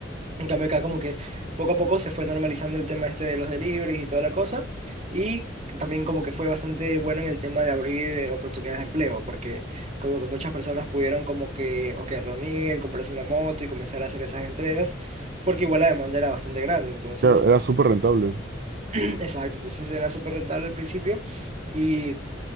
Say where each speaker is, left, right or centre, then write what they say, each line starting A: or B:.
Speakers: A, on the right; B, on the right.
A: En cambio acá como que poco a poco se fue normalizando el tema este de los deliveries y toda la cosa y también como que fue bastante bueno en el tema de abrir eh, oportunidades de empleo porque como que muchas personas pudieron como que o que reunir, comprarse una moto y comenzar a hacer esas entregas porque igual la demanda era bastante grande, entonces,
B: Claro, era súper rentable.
A: <clears throat> exacto, entonces era súper rentable al principio y